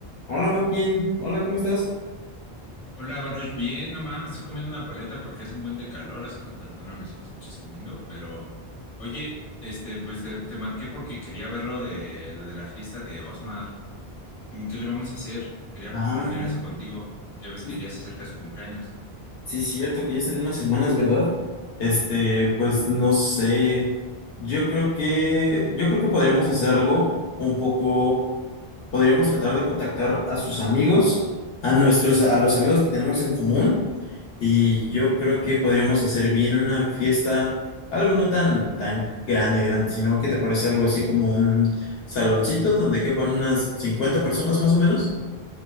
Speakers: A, on the left; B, on the left.
A: Hola Joaquín, hola, ¿cómo estás?
B: Hola Baruch, bien, no mames, me estoy comiendo una paleta porque es un buen de calor, así que perdóname si me escuchas comiendo, pero oye, este, pues te, te marqué porque quería ver lo de lo de la fiesta de Osmar. Mm, ¿Qué le vamos a hacer? Quería
A: Ah,
B: pues planear eso contigo. Ya ves
A: sí,
B: que ya se acerca su cumpleaños.
A: sí es cierto que ya es en unas semanas, ¿verdad? Este, pues no sé. Yo creo que, yo creo que podríamos hacer algo un poco, podríamos tratar de contactar a sus amigos, a nuestros, a los amigos que tenemos en común, y yo creo que podríamos hacer bien una fiesta, algo no tan, tan grande, grande, sino que te parece algo así como un saloncito donde quepan unas 50 personas más o menos.